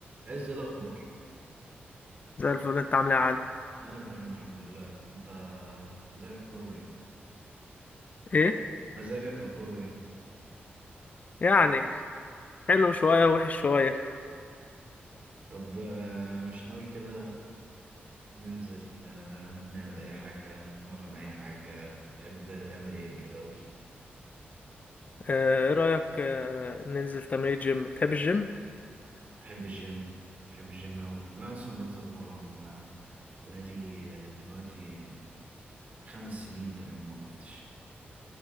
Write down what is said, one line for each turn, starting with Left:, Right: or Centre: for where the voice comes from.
Right: عز إيه الأخبار
Left: زي الفل انت عامل ايه يا علي
Right: أنا تمام الحمد لله أنت مزاجك أخباره إيه؟
Left: ايه
Right: مزاجك أخباره إيه؟
Left: يعني حلو شوية وحش شوية
Right: طب آه، مش ناوي كده ننزل آه، نعمل أي حاجة نتمرن أي حاجة تحب تعمل إيه كده قولي
Left: اه، ايه رأيك اه، ننزل تمرين جيم بتحب الجيم
Right: أحب الجيم أحب الجيم أوي أنا أصلا بنزل أتمرن آه، بقالي آه، دلوقتي آه، خمس سنين تقريبا ما وقفتش